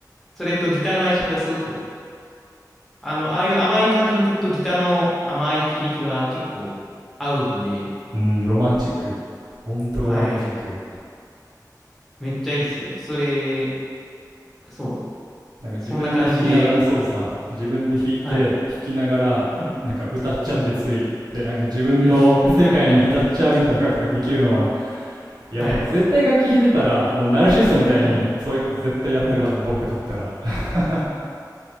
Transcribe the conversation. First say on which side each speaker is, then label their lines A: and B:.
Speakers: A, in the centre; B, on the right.
A: それとギターの相性がすごく、あの、ああいう甘い感じの曲とギターの甘い響きは結構合うんで、
B: うん、ロマンチック。ほんとロマンチック。
A: はい。めっちゃいいですよ。それ、そう、
B: なんか自分で弾きながらそうさ、
A: そんな感じで、
B: 自分で弾いて弾きながら、
A: はい。はい。
B: なんか歌っちゃってつい。
A: うん。
B: で、なんか自分の世界に浸っちゃうみたいなことができるのは、
A: うん。<laughs>
B: いや、
A: はい。
B: 僕絶対楽器弾いてたら、もうナルシストみたいにそういうこと絶対やってるはず、
A: はい。はい。
B: 僕だったら。<laughs>